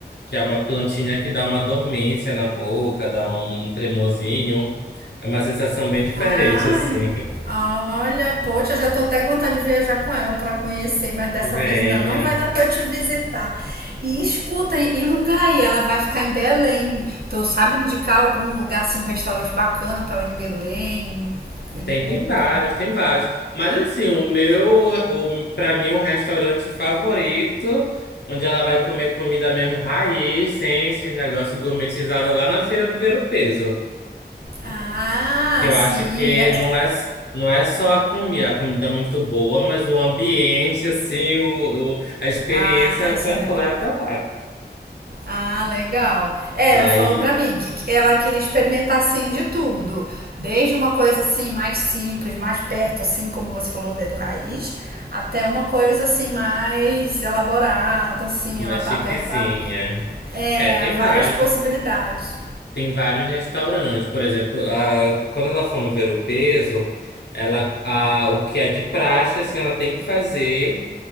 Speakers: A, on the left (about 70°); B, on the right (about 60°).
A: que é uma plantinha que dá uma dormência na boca, dá um tremozinho. É uma sensação bem diferente,
B: Ai,
A: assim.
B: olha, poxa, já tô até com vontade de viajar com ela para conhecer, mas dessa
A: <laughs> Venha.
B: vez ainda não vai dar para eu te visitar. E escuta, e e lugar aí? Ela vai ficar em Belém. Tu sabe indicar algum lugar, assim, um restaurante bacana para ela em Belém e
A: Tem,
B: tudo?
A: tem vários, tem vários. Mas assim, o meu, o, pra mim, o restaurante favorito, onde ela vai comer comida mesmo raiz, sem esse negócio gourmetizado, é lá na Feira do Ver-o-Peso.
B: Ah,
A: que eu
B: sim.
A: acho que
B: é-
A: não
B: é-
A: é, não é só a comida, a comida é muito boa, mas o ambiente, assim, o, o- a experiência
B: Ah, isso
A: completa
B: é legal.
A: lá.
B: Ah, legal. É,
A: E
B: ela
A: aí,
B: falou pra mim que que ela queria experimentar assim de tudo, desde uma coisa assim mais simples, mais perto assim, como você falou, dedo raiz, até uma coisa assim mais elaborada, assim,
A: mais
B: ela tá
A: chiquezinha.
B: aberta a é,
A: É, tem
B: várias
A: vários,
B: possibilidades.
A: tem vários restaurantes. Por exemplo, a, quando ela for no Ver o Peso, ela, a, o que é de praxe, assim, ela tem que fazer